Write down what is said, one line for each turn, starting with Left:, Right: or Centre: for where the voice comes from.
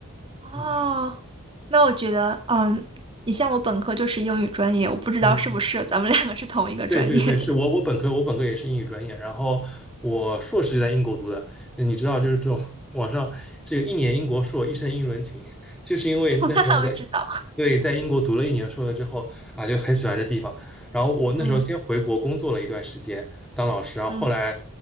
Right: 哦，
Centre: 嗯
Right: 那我觉得，嗯，你像我本科就是英语专业，我不知道是不是咱们两个是同一个专业的。
Centre: 嗯。对对对，是我我本科我本科也是英语专业，然后我硕士就在英国读的。你知道，就是这种网上这个一年英国硕，一生英伦情，就是因为那时候在
Right: <laughs> 那我知道，
Centre: 对在英国读了一年硕了之后啊，就很喜欢这地方。然后我那时候先回国工作了一段时间当老师，
Right: 嗯
Centre: 然后后来
Right: 嗯